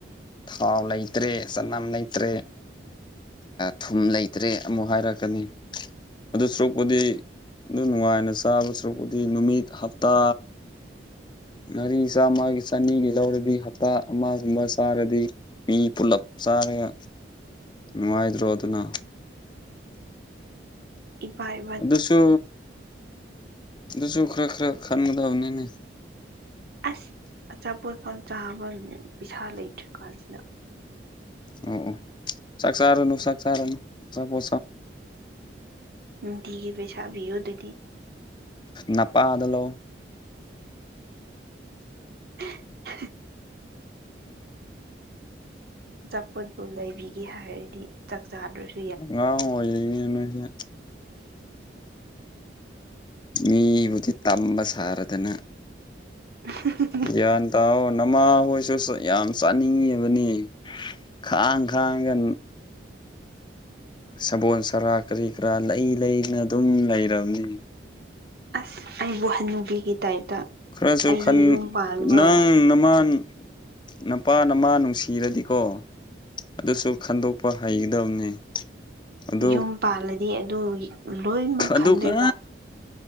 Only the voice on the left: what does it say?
ꯍꯥꯎ ꯂꯩꯇ꯭ꯔꯦ ꯆꯅꯝ ꯂꯩꯇ꯭ꯔꯦ ꯊꯨꯝ ꯂꯩꯇ꯭ꯔꯦ ꯑꯃꯨꯛ ꯍꯥꯏꯔꯛꯀꯅꯤ ꯑꯗꯨ ꯁꯔꯨꯛꯄꯨꯗꯤ ꯑꯗꯨ ꯅꯨꯡꯉꯥꯏꯅ ꯆꯥꯕ ꯁꯨꯔꯨꯛꯄꯨꯗꯤ ꯅꯨꯃꯤꯠ ꯍꯞꯇꯥ ꯉꯥꯔꯤ ꯆꯥꯝꯃꯒꯤ ꯆꯅꯤꯒꯤ ꯂꯧꯔꯗꯤ ꯍꯞꯇꯥ ꯑꯃꯒꯨꯝꯕ ꯆꯥꯔꯗꯤ ꯃꯤ ꯄꯨꯂꯞ ꯆꯥꯔꯒ ꯅꯨꯡꯉꯥꯏꯗ꯭ꯔꯣ ꯑꯗꯨꯅ
ꯑꯗꯨꯁꯨ ꯑꯗꯨꯁꯨ ꯈꯔ ꯈꯔ ꯈꯟꯒꯗꯕꯅꯤꯅꯦ
ꯑꯣ ꯑꯣ ꯁꯥꯒ ꯁꯥꯥꯔꯣ ꯅ ꯁꯥꯒ ꯁꯥꯔꯣꯅ ꯁꯄꯣ
ꯅꯄꯥꯗꯂꯣ
ꯑꯉꯥꯡ ꯑꯣꯏꯔꯛꯅꯦ ꯅꯣꯏꯁꯦ ꯃꯤꯕꯨꯗꯤ ꯇꯝꯕ ꯁꯥꯔꯗꯅ
ꯌꯥꯥꯟꯇꯥꯣ ꯅꯃꯥ ꯍꯣꯏꯁꯨ ꯌꯥꯝ ꯆꯥꯅꯤꯡꯉꯤꯕꯅꯤ ꯈꯥꯡ ꯈꯥꯡꯒ ꯁꯕꯣꯜ ꯁꯔꯥ ꯀꯔꯤ ꯀꯔꯥ ꯂꯩ ꯂꯩꯅ ꯑꯗꯨꯝ ꯂꯩꯝꯅꯤ
ꯈꯔꯁꯨ
ꯅꯪ ꯅꯃꯥꯟ ꯅꯄꯥ ꯅꯃꯥ ꯅꯨꯡꯁꯤꯔꯗꯤꯀꯣ ꯑꯗꯨꯁꯨ ꯈꯟꯗꯣꯛꯄ ꯍꯩꯒꯗꯕꯅꯤ ꯑꯗꯨ
ꯑꯗꯨ
ꯀ